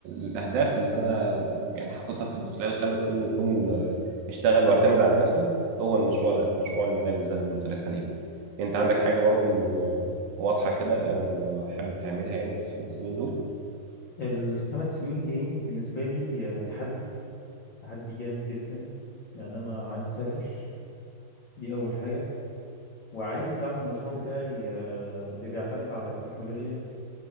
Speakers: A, on the right; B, on the left.
A: الأهداف اللي أنا يعني حاططها في خلال الخمس سنين يكون آه، اشتغل واعتمد على نفسه هو المشروع ده مشروع الملابس ده اللي قلت لك عليه أنت عندك حاجة برضو آه، واضحة كده أو حابب تعملها يعني في الخمس سنين دول؟
B: الخمس سنين الجايين بالنسبة لي آه، تحدي تحدي جامد جدا يعني أنا عايز أسافر دي أول حاجة وعايز أعمل المشروع بتاعي آه، اللي بيعتمد على التكنولوجيا